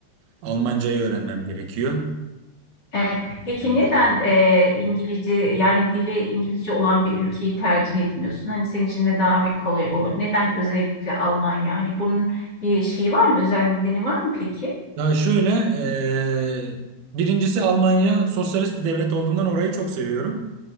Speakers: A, on the right; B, on the left.
A: Almancayı öğrenmem gerekiyor.
B: E, peki
A: Ee,
B: neden e, İngilizce yani dili İngilizce olan bir ülkeyi tercih etmiyorsun? Hani senin için de daha bir kolay olur. Neden özellikle Almanya? Hani bunun bir şeyi var mı? Özel nedeni var mı peki?
A: Ya şöyle, eee, birincisi Almanya sosyalist bir devlet olduğundan orayı çok seviyorum.